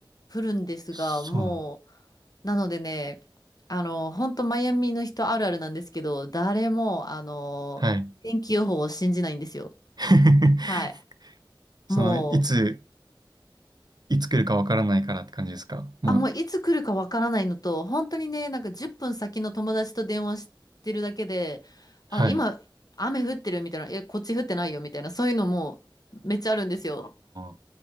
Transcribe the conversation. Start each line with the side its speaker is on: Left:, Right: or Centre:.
Left: 降るんですが、
Right: そうなんだ。
Left: もう、なのでね、あの、本当マイアミの人あるあるなんですけど、誰も、あの、
Right: はい。
Left: 天気予報を信じないんですよ。
Right: <laughs>
Left: はい。
Right: その、
Left: も
Right: いつ、いつ来るかわからないからって感じですかもう、
Left: あ、もういつ来るかわからないのと、本当にね、なんか10分先の友達と電話してるだけで、あ、
Right: はい。
Left: 今雨降ってるみたいな、え、こっち降ってないよみたいな、そういうのもめっちゃあるんですよ。
Right: あ